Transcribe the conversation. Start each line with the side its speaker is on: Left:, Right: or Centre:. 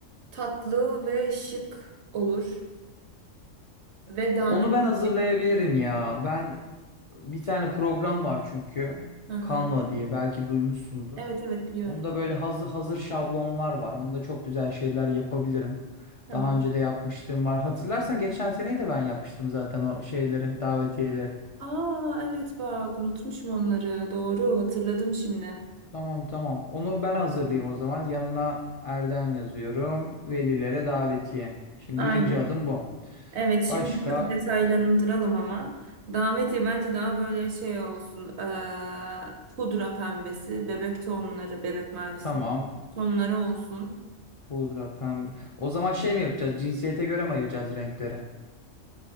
Right: tatlı ve şık olur ve davet.
Left: Onu ben hazırlayabilirim ya. Ben bir tane program var çünkü.
Right: Hı hı.
Left: Canva diye belki duymuşsundur.
Right: Evet evet biliyorum.
Left: Onda böyle hazır hazır şablonlar var. Onda çok güzel şeyler yapabilirim.
Right: Tamam.
Left: Daha önce de yapmıştım var. Hatırlarsan geçen seneyi de ben yapmıştım zaten o şeyleri, davetiyeleri.
Right: Aa evet bak unutmuşum onları doğru hatırladım şimdi.
Left: Tamam tamam. Onu ben hazırlayayım o zaman. Yanına Erdem yazıyorum. Velilere davetiye. Şimdi
Right: Aynen.
Left: birinci adım bu.
Right: Evet şimdi
Left: Başka
Right: bir tık detaylandıralım ama. Davetiye bence daha böyle şey olsun. eee, pudra pembesi, bebek tonları, bebek mavisi
Left: tamam.
Right: tonları olsun.
Left: Pudra, pembe. O zaman şey mi yapacağız? Cinsiyete göre mi ayıracağız renkleri?